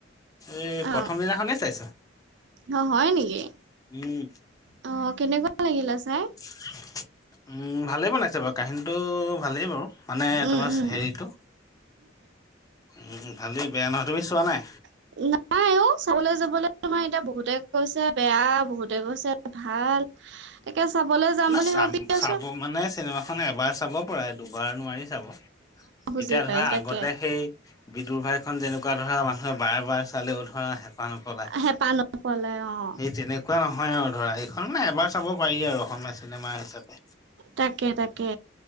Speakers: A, on the left (about 20°); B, on the right (about 65°).
A: এই
B: অ
A: প্ৰথম দিনাখনে চাইছো,
B: অ হয় নেকি
A: উম।
B: অ, কেনেকুৱা লাগিলে চাই?
A: <unintelligible> উম, ভালেই বনাইছে বাৰু কাহিনীটো ভালেই বাৰু মানে
B: উম
A: তোমাৰ
B: উম
A: হেৰিটো। উম, ভালেই বেয়া নহয়, তুমি চোৱা নাই?
B: উম নাই অ, চাবলৈ যাবলে তোমাৰ এতিয়া বহুতে কৈছে বেয়া বহুতে কৈছে ভাল। তাকে চাবলৈ যাম
A: না
B: বুলি
A: চাব
B: ভাবি আছো
A: চাব মানে চিনেমাখন এবাৰ চাব পৰাই দুবাৰ নোৱাৰি চাব।
B: বুজি
A: এতিয়া
B: পাইছো
A: ধৰা আগতে
B: তাকে
A: সেই বিদুৰ ভাই এখন যেনেকুৱা ধৰা মানুহে বাৰে বাৰ চালেও ধৰা হেঁপাহ নপলায়,
B: হেঁপাহ নপলে অ
A: সেই তেনেক কুৱা নহয় আৰু ধৰা এইখন মানে এবাৰ চাব পাৰি আৰু অসমীয়া চিনেমা হিচাপে।
B: তাকে তাকে